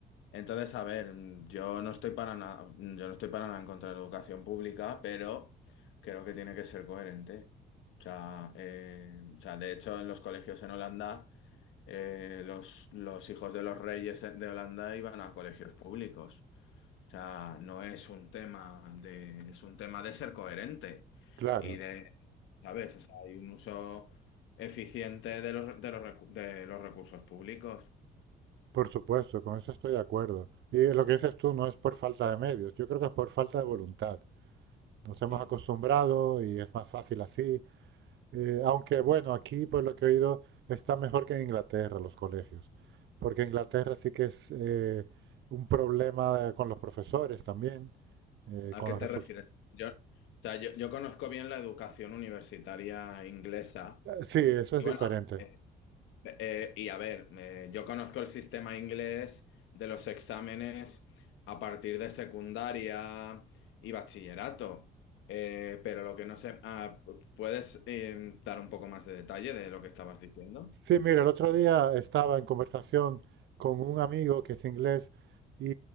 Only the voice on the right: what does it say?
claro,
por supuesto, con eso estoy de acuerdo. Y lo que dices tú no es por falta de medios, yo creo que es por falta de voluntad. Nos hemos
acostumbrado y es más fácil así. Eh, aunque bueno, aquí por lo que he oído está mejor que en Inglaterra los colegios, porque Inglaterra sí que es eh, un problema con los profesores también, eh,
con
los
resultados.
Sí, eso
es diferente.
Sí, mira, el otro día estaba en conversación con un amigo que es inglés y